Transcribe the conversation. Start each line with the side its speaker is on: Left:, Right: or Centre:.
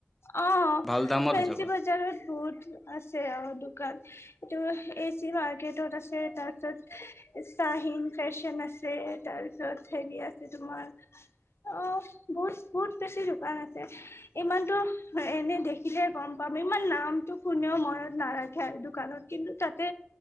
Left: অ',
Centre: ভাল দামত
Left: ফেঞ্চি
Centre: পাই যাবা
Left: বজাৰত বহুত আছে অ' দোকান। এইটো এ, চি, মাৰ্কেটত আছে, তাৰপিছত শ্বাহিন ফেশ্বন আছে। তাৰপিছত হেৰি আছে তোমাৰ অ', বহুত, বহুত বেছি দোকান আছে। ইমানতো, এনে দেখিলে গম পাম, ইমান নামটো কোনেও মনত নাৰাখে আৰু দোকানৰ। কিন্তু তাতে